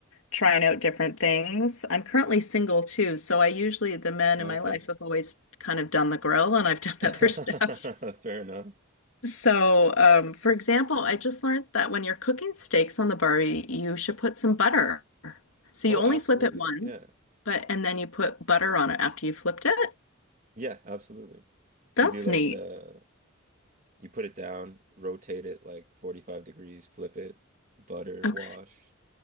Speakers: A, on the left; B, on the right.
A: trying out different things. I'm currently single too, so I usually, the men
B: Oh,
A: in my
B: okay.
A: life have always kind of done the grill and I've done <laughs>
B: <laughs> Fair
A: other stuff.
B: enough.
A: So, um, for example, I just learned that when you're cooking steaks on the Barbie, you should put some butter. So
B: Oh,
A: you only
B: absolutely.
A: flip it once,
B: Yeah.
A: but and then you put butter on it after you flipped it.
B: Yeah, absolutely.
A: That's
B: You do like
A: neat.
B: the, you put it down, rotate it like 45 degrees, flip it, butter,
A: Okay.
B: wash,